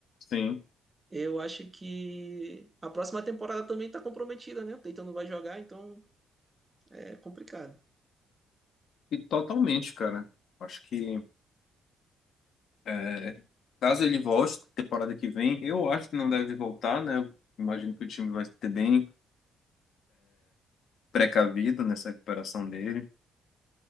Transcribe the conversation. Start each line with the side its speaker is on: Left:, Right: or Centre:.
Left: sim.
Right: Eu acho que a próxima temporada também está comprometida, né? O Tatum não vai jogar, então é complicado.
Left: E totalmente, cara. Acho que é, caso ele volte temporada que vem, eu acho que não deve voltar, né? Eu Imagino que o time vai ter bem precavido nessa recuperação dele.